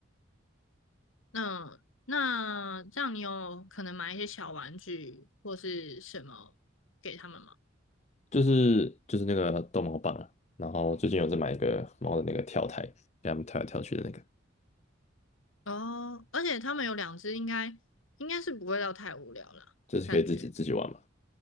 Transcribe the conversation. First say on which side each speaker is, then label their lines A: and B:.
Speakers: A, on the left; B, on the left.
A: 那那这样你有可能买一些小玩具或是什么给他们吗？
B: 就是就是那个逗猫棒啊，然后最近有在买一个猫的那个跳台，给他们跳来跳去的那个，
A: 哦，而且他们有两只，应该应该是不会到太无聊啦，
B: 就是可以自己自己玩嘛。
A: 感觉。